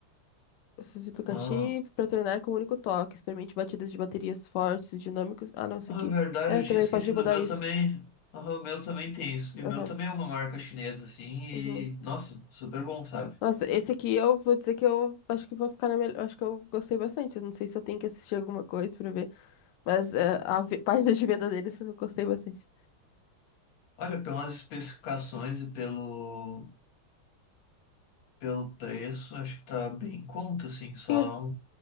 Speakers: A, on the left; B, on the left.
A: Esse aplicativo
B: Ah,
A: para treinar com um único toque. Experimente batidas de baterias fortes, dinâmicas. Ah, não, isso
B: ah,
A: aqui.
B: verdade,
A: É,
B: eu
A: também
B: tinha esquecido
A: pode mudar
B: o meu
A: isso.
B: também. Ah, o meu também tem isso. E
A: Aham.
B: o meu também é uma marca chinesa, assim, e
A: Uhum.
B: nossa, super bom, sabe?
A: Nossa, esse aqui eu vou dizer que eu acho que vou ficar na melhor. Acho que eu gostei bastante. Eu não sei se eu tenho que assistir alguma coisa pra ver, mas é, a ve- <laughs> página de venda deles eu gostei bastante.
B: Olha, pelas especificações e pelo, pelo preço, acho que tá bem em conta, assim, só.
A: Sim, eu, s-